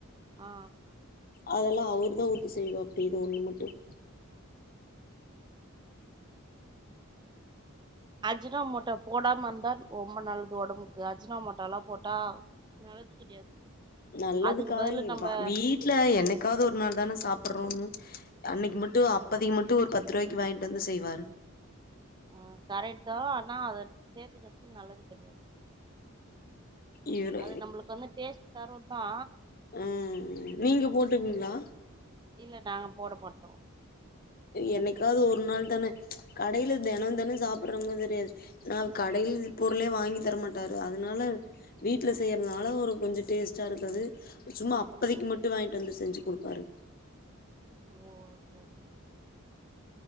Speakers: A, on the right (about 20°); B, on the left (about 40°).
A: ஆ
B: அதெல்லாம் அவர் தான் ஊத்தி செய்வோ அப்டின்னு இது ஒன்னு மட்டும்
A: அஜினா மோட்டோ போடாம இருந்தா ரொம்ப நல்லது ஒடம்புக்கு அஜினா மோட்டோலா போட்டா நல்லது கெடையாது
B: நல்லதுக்கா
A: அதுக்கு பதிலு நம்ப
B: வீட்டல என்னக்காது ஒரு நாள் தான சாப் றோ அன்னைக்கு மட்டும் அப்தைக்கு மட்டும் ஒரு பத்து ரூவாய்க்கு வாங்கிட்டு வந்து செய்வாரு
A: ஆ கரெட் தான் ஆனா அத சேத்துக்கிறதுக்கு நல்லது செரியா
B: இவரு
A: அது நம்பளுக்கு வந்து டேஸ்ட் தரும் ஆ
B: ம் நீங்க போட்டுறிங்ளா
A: இல்ல நாங்க போட மாட்டோ
B: என்னைக்காவது ஒரு நாள் தான கடையில தெனம் தெனம் சாப்பிடுறவங்க தெரியாது நான் கடையில பொருளே வாங்கி தரமாட்டாரு அதனால வீட்டுல செய்யறதுனால ஒரு கொஞ்சம் டேஸ்ட்டா இருக்குது சும்மா அப்பதைக்கு
A: ம்
B: மட்டும் வாங்கிட்டு வந்தது செஞ்சி குடுப்பாரு
A: ஓ செரி செரி